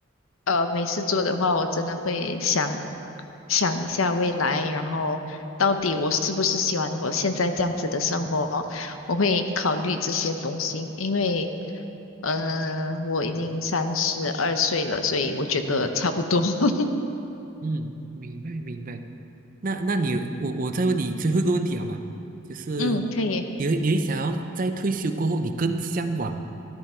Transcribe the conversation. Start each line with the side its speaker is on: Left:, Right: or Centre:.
Left: 呃没事做的话，我真的会想想一下未来，然后到底我是不是喜欢我现在这样子的生活，我会考虑这些东西，因为呃我已经三十二岁了，所以我觉得差不多，
Right: 嗯
Left: <laughs>
Right: 嗯，明白明白。那那你我我再问你最后一个问题好吧？就是
Left: 嗯，可以，
Right: 你会你会想要在退休过后，你更向往